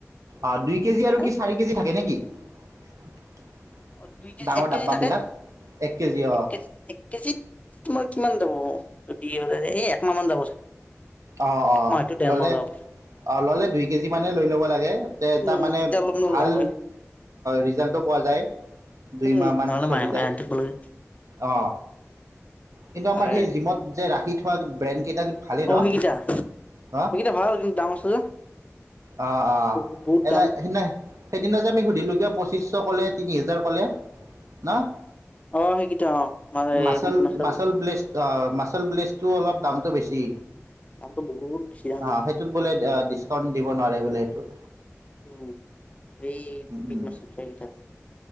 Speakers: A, on the right; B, on the left.
A: অ দুই কেজি
B: পাই
A: আৰু কি চাৰি কেজি থাকে নেকি? <unintelligible>
B: অ
A: ডাঙৰ
B: এক কেজি
A: ডাব্বাবিলাক
B: থাকে
A: এক কেজি অ
B: এক কেজিত তোমাৰ কিমান হ'ব। দি হৈ এই একমাহ মান যাব চাগে।
A: অ অ
B: একমাহ হয়তো ডেৰ
A: ল'লে
B: মাহ যাব পাৰে
A: অ ল'লে দুই কেজি মানে লৈ ল'ব লাগে
B: উম
A: তাৰ মানে
B: তেতিয়া অলপমান
A: ভাল
B: লাভ হয়
A: ৰিজাল্টটো পোৱা যায়। দুই
B: উম
A: মাহ মান
B: নহ'লে
A: চলি
B: মাহে মাহে
A: যায়
B: আনি থাকিব লাগে
A: অ কিন্তু
B: তাকে
A: আমাৰ সেই জিমত যে ৰাখি সৈয়াত ব্ৰেণ্ড কেইটা ভালেই
B: অ
A: ন
B: সেইকেইটা
A: হ
B: সেইকেইটা ভাল কিন্তু দাম আছে যে
A: আহ আহ
B: বহুত বহুত
A: এটা
B: দাম
A: সেইদিনা সেইদিনা যে আমি সুধিলো কিয় পইচ ত্ৰিছশ ক'লে তিনি হেজাৰ ক'লে না
B: অ সেইকেইটা অ মানে
A: মাচল
B: বিগ মাছাল
A: মাচল ব্লেছ মাচল ব্লেচটো অলপ দামটো বেছি।
B: দামটো বহুত বেছি দাম
A: অ সেইটোত বোলে ডিচকাউন্ট। দিব নোৱাৰে বোলে সেইটোত
B: উম এই
A: উম,
B: বিগনেচৰ চলীটা আছে